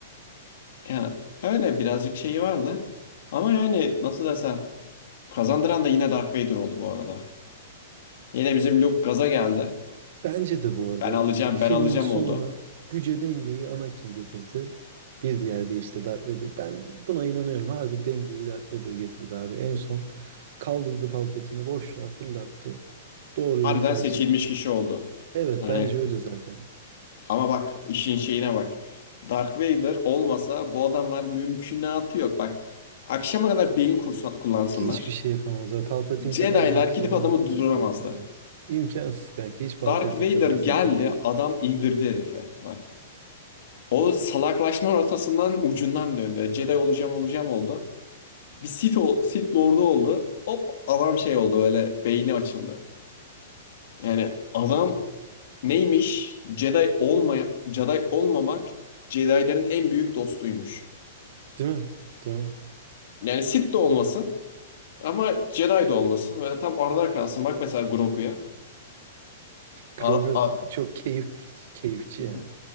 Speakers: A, on the left (about 50°); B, on the right (about 45°).
A: Ya öyle birazcık şeyi vardı ama yani nasıl desem kazandıran da yine Dark Vader oldu bu arada. Yine bizim Luke gaza geldi
B: Bence de bu arada
A: ben alacağım
B: filmin
A: ben alacağım
B: sonunu
A: oldu.
B: güce dengeyi Anakin getirdi. Bir diğer de işte Darth Vader. Ben buna inanıyorum. Harbi dengeyi Darth Vader getirdi abi. En son kaldırdı Palpatine'i boşluğa fırlattı. Doğru
A: Harbiden
B: yolu tercih
A: seçilmiş
B: etti.
A: kişi oldu.
B: Evet
A: Hani
B: bence öyle zaten.
A: ama bak işin şeyine bak. Dark Vader olmasa bu adamlar mümkünatı yok bak. Akşama kadar beyin kursa- kullansınlar.
B: Hiçbir şey yapamazlar. Palpatine kadar
A: Jedi'lar
B: zeki
A: gidip
B: olamazlar
A: adamı durduramazdı.
B: kanka ya. İmkansız kanka. Hiç Palpatine
A: Dark Vader
B: kadar
A: geldi,
B: zeki değil.
A: adam indirdi herife. Bak. O salaklaşma rotasından ucundan döndü. Jedi olacağım olacağım oldu. Bir Sith, ol- Sith Lord'u oldu. Hop adam şey oldu öyle beyni açıldı. Yani adam neymiş? Jedi olmaya Jedi olmamak Jedi'lerin en büyük dostuymuş.
B: Değil mi? Değil mi?
A: Yani Sith de olmasın ama Jedi de olmasın. Böyle tam arada kalsın. Bak mesela Grogu'ya.
B: Grogu
A: A- a-
B: çok keyif keyifçi
A: Gu-
B: ya.